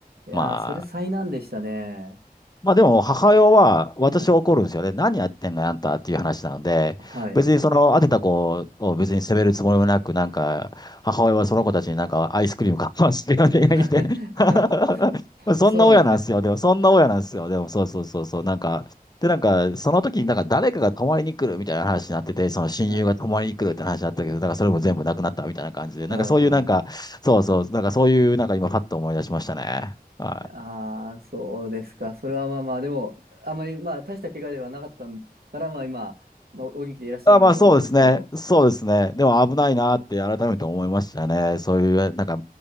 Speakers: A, on the right; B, on the left.
A: いやー、
B: まあ、
A: それ災難でしたね。
B: まあでも、母親は、私は怒るんですよね。
A: はい。
B: 何やってんのよあんたっていう話なので、
A: はい。
B: 別にその、当てた子を別に責めるつもりもなく、なんか、母親はその子たちになんかアイスクリーム買わしてよね、
A: <laughs>
B: <laughs> 言うて <laughs> そんな親なんですよ。
A: そうなんですね。
B: でも、そんな親なんですよ。でも、そうそうそうそう。なんか、で、なんか、その時になんか誰かが泊まりに来るみたいな話になってて、その親友が泊まりに来るって話になったけど、
A: はい。
B: だからそれも全部なくなったみたいな感じで、
A: あ
B: なんかそういうなんか、そうそう、なんかそういうなんか今パッと思い出しましたね。はい
A: あー、そうですか。それはまあまあ、でも、あまり、まあ、大した怪我ではなかったから、まあ今、まあ、お元気でいらっしゃるんだと思うんですけど、
B: あ、まあそうですね。そうですね。でも危ないなって改めて思いましたね。そういう、なんか、